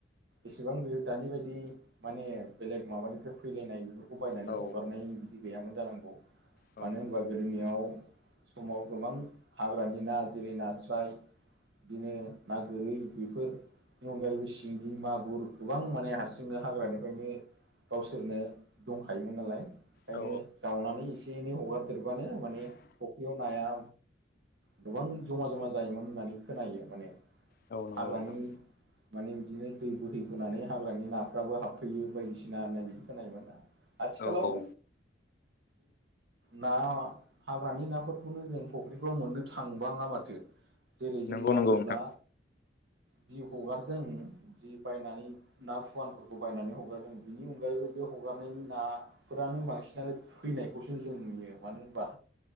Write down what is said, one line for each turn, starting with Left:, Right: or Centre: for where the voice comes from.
Right: एसेबां बेयो दानि बायदि माने बेलेग माबानिफ्राय फैलायनाय बेफोरखौ बायनानै
Left: औ
Right: हगारनाय बिदि गैयामोन जानांगौ।
Left: औ
Right: मानो होनबा गोदोनियाव समाव गोबां हाग्रानि ना जेरै नास्राय बिदिनो ना गोरै बेफोर बेनि अनगायैबो सिंगि मागुर गोबां माने हारसिंनो हाग्रानिफ्रायनो गावसोरनो दंखायोमोन नालाय ओंखायनो
Left: औ
Right: दावनानै एसे एसे एनै हगारदेरबानो माने फुख्रियाव नाया गोबां जमा जमा जायोमोन होननानै खोनायो माने
Left: औ नंगौ
Right: हाग्रानि
Left: नोंथां
Right: माने बिदिनो दै बोहैबोनानै हाग्रानि नाफ्राबो हाबफैयो। बायदिसिना होननाय खोनायोमोना आथिखालाव
Left: औ औ
Right: ना हाग्रानि नाफोरखौनो जों फुख्रिफ्राव मोननो थांबाङा माथो। जेरै जों
Left: नंगौ
Right: नायोब्ला
Left: नंगौ नोंथां
Right: जि हगारदों जि बायनानै ना फुवानफोरखौ बायनानै हगारदों। जों बिनि अनगायैबो बे हगारनायनि ना फोरानो बांसिनानो फैनायखौसो जों नुयो मानो होनबा